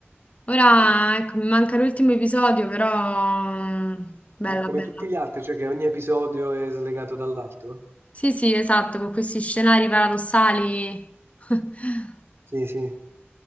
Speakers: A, on the left; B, on the right.
A: Ora,
B: Mm.
A: ecco, mi manca l'ultimo episodio, però... mm, Bella,
B: Ma è come
A: bella.
B: tutti gli altri, cioè che ogni episodio è slegato dall'altro?
A: Sì, sì, esatto, con questi scenari paradossali. <laughs>
B: Sì, sì. E